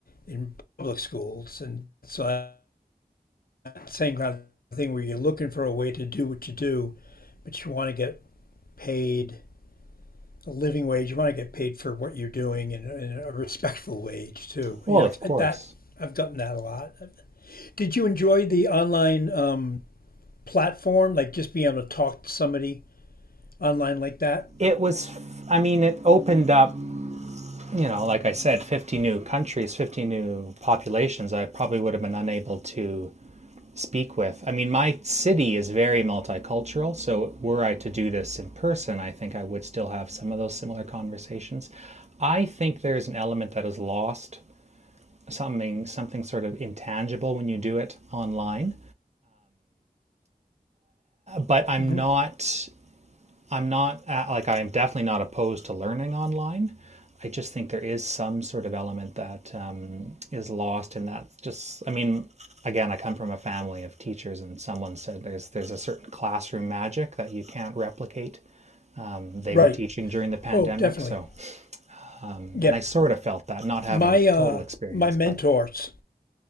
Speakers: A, on the left; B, on the right.
A: in public schools, and so that same kind of thing where you're looking for a way to do what you do, but you want to get paid a living wage. You want to get paid for what you're doing and, and a respectful wage too.
B: well,
A: Yeah,
B: of course.
A: that I've gotten that a lot. Did you enjoy the online um, platform, like just being able to talk to somebody online like that?
B: It was, I mean, it opened up, you know, like I said, 50 new countries, 50 new populations I probably would have been unable to speak with. I mean, my city is very multicultural, so were I to do this in person, I think I would still have some of those similar conversations. I think there's an element that is lost, something something sort of intangible when you do it online. but I'm
A: hmm
B: not I'm not uh, like I am definitely not opposed to learning online. I just think there is some sort of element that um, is lost in that. Just I mean, again, I come from a family of teachers, and someone said there's there's a certain classroom magic that you can't replicate. Um, they
A: Right.
B: were teaching during the pandemic,
A: Oh, definitely.
B: so and
A: Yeah.
B: I sort of felt that, not having
A: My uh,
B: total experience,
A: my mentors,
B: but